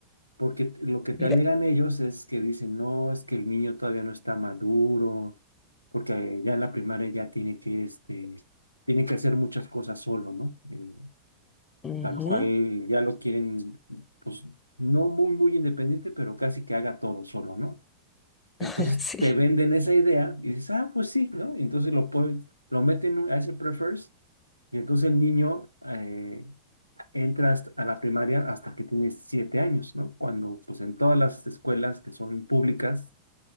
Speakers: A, on the right; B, on the left.
A: Porque t- lo que
B: Mira.
A: te alegan ellos es que dicen, no, es que el niño todavía no está maduro, porque ya en la primaria ya tiene que, este, tiene que hacer muchas cosas solo, ¿no? Eh,
B: ujú,
A: tal cual ya lo quieren, pues, no muy, muy independiente, pero casi que haga todo solo, ¿no? Entonces
B: <laughs> Sí.
A: te venden esa idea y dices, ah, pues sí, ¿no? Y entonces lo pueden, lo meten a ese prefers y entonces el niño, eh, entras a la primaria hasta que tienes siete años, ¿no? Cuando, pues, en todas las escuelas que son públicas,